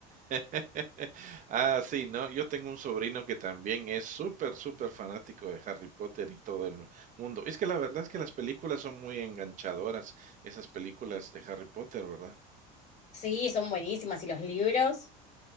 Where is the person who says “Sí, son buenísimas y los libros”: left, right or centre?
Left